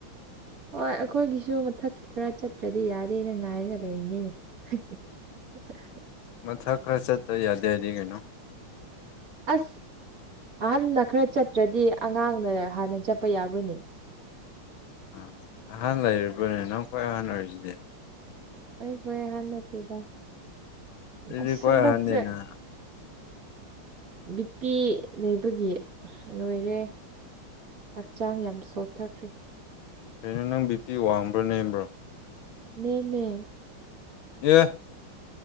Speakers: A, on the right; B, on the left.
A: ꯍꯣꯏ ꯑꯩꯈꯣꯏꯒꯤꯁꯨ ꯃꯊꯛꯀꯤ ꯈꯔ ꯆꯠꯇ꯭ꯔꯗꯤ ꯌꯥꯗꯦꯅ ꯉꯥꯏꯔꯒ ꯂꯩꯔꯤꯅꯤꯅꯦ <inaudible>
B: ꯃꯊꯛ ꯈꯔ ꯆꯠꯇ ꯌꯥꯗꯦ ꯍꯥꯏꯗꯤ ꯀꯩꯅꯣ
A: ꯑꯁ ꯑꯍꯜ ꯈꯔ ꯆꯠꯇ꯭ꯔꯗꯤ ꯑꯉꯥꯡꯅ ꯍꯥꯟꯅ ꯆꯠꯄ ꯌꯥꯕ꯭ꯔꯅꯦ
B: ꯑ ꯑꯍꯥꯟ ꯂꯩꯔꯤꯕꯅꯦ ꯅꯪ ꯈ꯭ꯋꯥꯏ ꯑꯍꯥꯟ ꯑꯣꯏꯔꯤꯁꯤꯗꯤ
A: ꯑꯩ ꯈ꯭ꯋꯥꯏ ꯑꯍꯟ ꯅꯠꯇꯦꯗ
B: ꯑꯗꯨꯗꯤ
A: ꯑꯁ ꯁꯟꯗꯛꯁꯦ
B: ꯈ꯭ꯋꯥꯏ ꯑꯍꯟꯅꯤꯅ
A: ꯕꯤꯄꯤ ꯂꯩꯕꯒꯤ ꯂꯣꯏꯔꯦ ꯍꯛꯆꯥꯡ ꯌꯥꯝ ꯁꯣꯛꯊꯈ꯭ꯔꯦ
B: ꯀꯩꯅꯣ ꯅꯪ ꯕꯤꯄꯤ ꯋꯥꯡꯕ꯭ꯔꯣ ꯅꯦꯝꯕ꯭ꯔꯣ
A: ꯅꯦꯃꯦ
B: ꯌꯦ